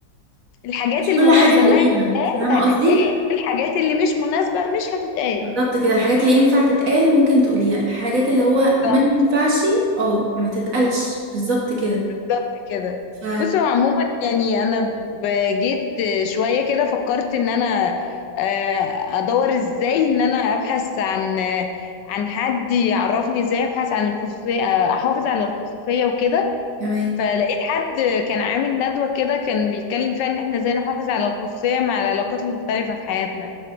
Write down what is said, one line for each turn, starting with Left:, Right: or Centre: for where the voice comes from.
Left: الحاجات
Right: مش
Left: المناسبة
Right: كل حاجة تقوليها
Left: انها
Right: فاهمة
Left: هتتقال
Right: قصدي؟
Left: الحاجات اللي مش مناسبة مش هتتقال
Right: بالظبط كده الحاجات اللي ينفع تتقال ممكن تقوليها الحاجات اللي هو ما
Left: بالظبط
Right: ينفعش اه ما تتقالش بالظبط كده
Left: بالظبط كده
Right: ف
Left: بص هو عموما يعني انا ب- جيت شويه كده فكرت ان انا آه، ادور ازاي ان انا ابحث عن آه، عن حد يعرفني ازاي ابحث عن الخصوصيه آه، احافظ على الخصوصيه وكده
Right: تمام
Left: فلقيت حد كان عامل ندوه كده كان بيتكلم فيها ان احنا ازاي نحافظ على الخصوصيه مع العلاقات المختلفه في حياتنا